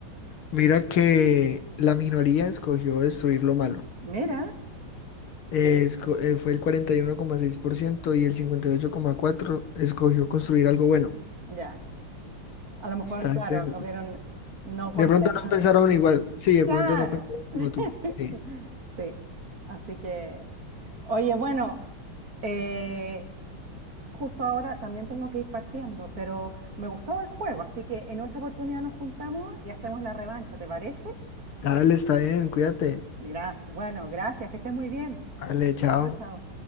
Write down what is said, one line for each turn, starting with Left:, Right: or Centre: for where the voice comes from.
Left: Mira que la minoría escogió destruir lo malo.
Right: Mira,
Left: Eh, esco- eh, fue el 41,6% y uno coma seis por ciento y el 58,4% escogió construir algo bueno.
Right: ya. A lo mejor,
Left: Está
Right: claro,
Left: cer-
Right: lo vieron no con
Left: De pronto
Right: tema
Left: no pensaron
Right: de...
Left: igual. Sí, de
Right: Claro.
Left: pronto no pensaron como
Right: <laughs>
Left: tú. Sí.
Right: Sí, así que, oye, bueno, eh, Justo ahora también tengo que ir partiendo, pero me gustó el juego, así que en otra oportunidad nos juntamos y hacemos la revancha, ¿te parece?
Left: Dale, está bien, cuídate.
Right: Gra- bueno, gracias, que estés muy bien.
Left: Vale, chao.
Right: Chao, chao.